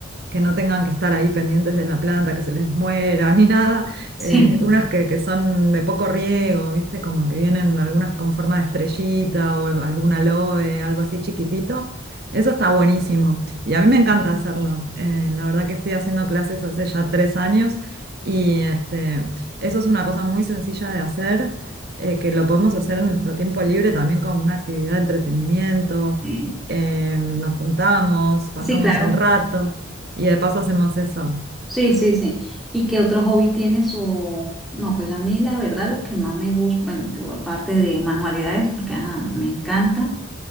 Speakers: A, on the right (about 50°); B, in the centre.
A: que no tengan que estar ahí pendientes de la planta, que se les muera <laughs> ni nada.
B: Sí,
A: Eh, unas que, que son de poco riego, ¿viste? Como que vienen algunas con forma de estrellita o alguna aloe, algo así chiquitito. Eso está buenísimo y a mí me encanta hacerlo. Eh, la verdad que estoy haciendo clases hace ya tres años. Y este, eso es una cosa muy sencilla de hacer, eh, que lo podemos hacer en nuestro tiempo libre también como una actividad de entretenimiento.
B: <laughs> sí,
A: Eh, nos juntamos, pasamos
B: sí, claro.
A: el rato y de paso hacemos eso.
B: Sí, sí, sí. ¿Y qué otro hobby tienes? O no, pues a mí la verdad lo que más me gusta, bueno, yo aparte de manualidades, porque ah, me encanta,